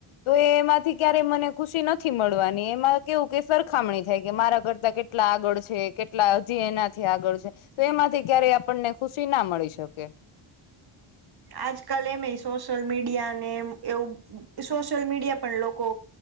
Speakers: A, on the left (about 75°); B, on the right (about 45°).
A: તો એ એમાંથી ક્યારેય મને ખુશી નથી મળવાની એમાં કેવું કે સરખામણી થયગઈ કે મારા કરતા કેટલા. કેટલા આગળ છે કેટલા હજી એના. થી આગળ છે તો એમાંથી ક્યારેય આપણને ખુશી ના મળી શકે.
B: આજકાલ એમય સોશિયલ મીડિયા ને એવું સોશિયલ મીડિયા પણ લોકો.